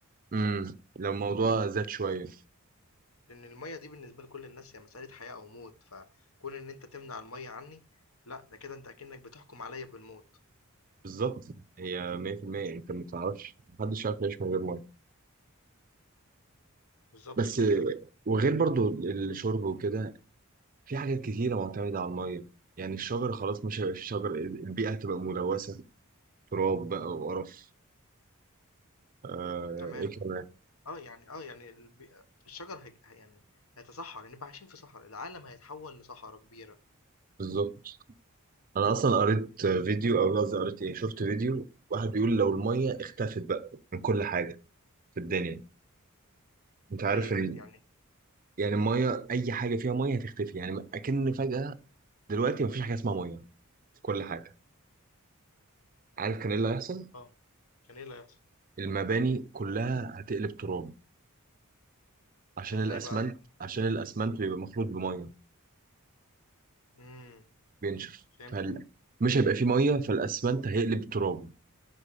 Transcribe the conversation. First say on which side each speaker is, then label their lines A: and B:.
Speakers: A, on the right (about 40°); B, on the left (about 75°).
A: امم لو الموضوع زاد شوية
B: لان الميه دي بالنسبه لكل الناس هي مساله حياه او موت فكون ان انت تمنع الميه عني لا ده كده انت اكنك بتحكم عليا بالموت
A: بالظبط هي 100% انت ما تعرفش محدش يعرف يعيش من غير مية
B: بالظبط
A: بس
B: كده
A: آه، وغير برضو الشرب وكده في حاجات كتيرة معتمدة على المية يعني الشجر خلاص مش هيبقى فيه شجر البيئة هتبقى ملوثة تراب بقى وقرف آه
B: تمام
A: ايه كمان
B: آه، يعني آه، يعني الب الشجر هيج ه يعني هيتصحّر، هنبقى عايشين في صحرا، العالم هيتحوّل لصحرا كبيرة
A: بالظبط انا اصلا قريت فيديو او قصدي قريت ايه شفت فيديو واحد بيقول لو المية اختفت بقى من كل حاجة في الدنيا انت
B: زي
A: عارف ان
B: يعني
A: يعني المية اي حاجة فيها مية هتختفي يعني اكن فجأة دلوقتي مفيش حاجة اسمها مية في كل حاجة عارف كان ايه اللي هيحصل
B: آه، كان إيه اللي هيحصل؟
A: المباني كلها هتقلب تراب عشان
B: ده إزاي
A: الاسمنت
B: بقى؟
A: عشان الاسمنت بيبقى مخلوط بمية
B: إمم،
A: بينشف
B: فهمتك،
A: فال... مش هيبقى فيه ميه فالاسمنت هيقلب تراب